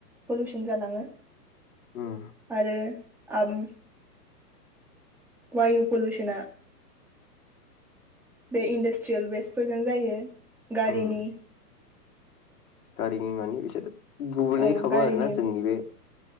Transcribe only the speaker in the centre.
पलुसन जालाङो ।
आरो आम बायु पलुसुना बे इन्दासट्रियेल वेस्टफोरजों जायो गारिनि
औ
गारिनि